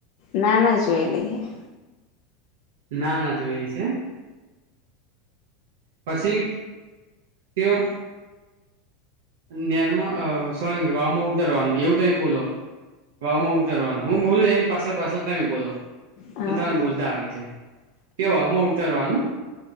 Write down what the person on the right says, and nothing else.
ના ના જોઈલી છે, એમ પછી તેઓ નેરમાં સો વાવામા ઉતરવાનુ એવુ, તો બોલો વાવમા ઉતરવાનુ હુ, બોલું એની પાછળ પાછલ તમે બોલો
તો તને બોલતા આવડી જાય કે વાવ માં ઉતરવાનું